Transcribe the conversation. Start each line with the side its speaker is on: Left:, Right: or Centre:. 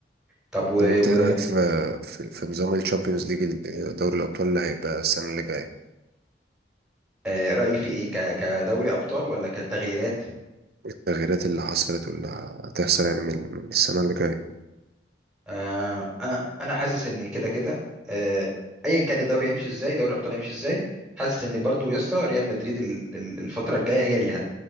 Centre: طب و...
Right: طب أنت
Centre: و...
Right: إيه رأيك في في, في نظام الشامبيونز ليج دوري الأبطال اللي هيبقى السنة اللي جاية
Centre: آه، رايي في ايه ك... كدوري ابطال ولا كتغييرات
Right: التغييرات اللي حصلت واللي هتحصل يعني من, من السنة اللي جاية
Centre: آه انا انا حاسس ان كده كده آه ايا كان الدوري هيمشي ازاي دوري الابطال هيمشي ازاي حاسس ان برضو يا اسطى ريال مدريد ال- ال- الفتره الجايه هي اللي هت...